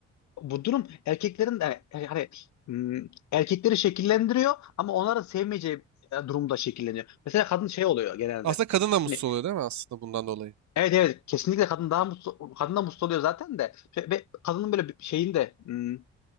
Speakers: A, on the left (about 65°); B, on the right (about 65°).
A: bu durum erkeklerin de e, hani m, erkekleri şekillendiriyor ama onların sevmeyeceği e, durumda şekilleniyor. Mesela kadın şey oluyor genelde.
B: Aslında kadın da mutsuz
A: Hani
B: oluyor değil mi aslında bundan dolayı?
A: Evet evet kesinlikle kadın daha mutlu kadın da mutlu oluyor zaten de Şey- ve kadının böyle bir şeyin hmm,